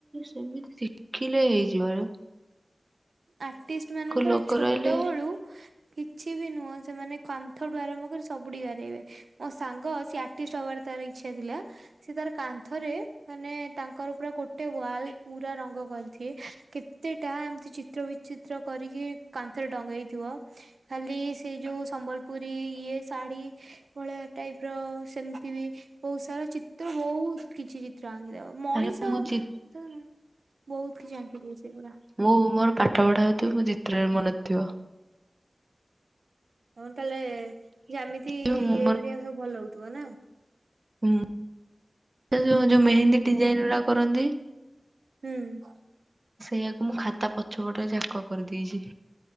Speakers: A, on the right; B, on the right.
A: ସେମିତି ଶିଖିଲେ ହେଇଯିବ ରେ।
B: ଆର୍ଟିଷ୍ଟ ମାନଙ୍କର
A: ଲୋକ
B: ଛୋଟ
A: ରହିଲେ
B: ବେଳୁ କିଛି ବି ନୁହଁ ସେମାନେ କାନ୍ଥଠୁ ଆରମ୍ଭ କରି ସବୁଠି ଗାରେଇବେ। ମୋ ସାଙ୍ଗ ସ ଆର୍ଟିଷ୍ଟ ହବାର ତାର ଇଚ୍ଛା ଥିଲା। ସେ ତାର କାନ୍ଥରେ ମାନେ ତାଙ୍କର ପୁରା ଗୋଟେ ୱାଲ ପୁରା ରଙ୍ଗ କରିଦିଏ। କେତେଟା ଏମତି ଚି ତ୍ର ବିଚିତ୍ର କରିକି କାନ୍ଥରେ ଟଙ୍ଗେଇଥିବ। ଖାଲି ସେ ଯୋଉ ସମ୍ବଲପୁରୀ ଇଏ ଶାଢୀ ଭଳିଆ ଟାଇପ ର ସେମତି ବି ବହୁତ ସାରା ଚିତ୍ର ବହୁତ କିଛିି ଚ୍ର ଆଙ୍କିଦବ ମଣିଷ
A: ଆରେ ମୁଁ ଚି
B: ଉଦାହରଣ ବହୁତ କିଛି ଆଙ୍କିଦିଏ ସେଗୁରା।
A: ହଉ ମୋର ପାଠ ପଢା ଭିତରୁ ମୋ ଚିତ୍ରରେ ମନଥିବ।
B: ହଁ ତାହେଲେ ଜ୍ୟାମିତି
A: ମୁଁ
B: ଇଏ ଗରିକା ସବୁ ଭଲ ହଉଥିବ ନା?
A: ହୁଁ ସେ ଯୋଉ
B: ଉଁ
A: ଯୋଉ
B: ହୁଁ।
A: ମେହେନ୍ଦୀ ଡିଜାଇନ ଗୁଡାକ କରନ୍ତି।
B: ହୁଁ।
A: ସେଇଆକୁ ମୁଁ ଖାତା ପଛପଟ ଯାକ କରିଦେଇଛି।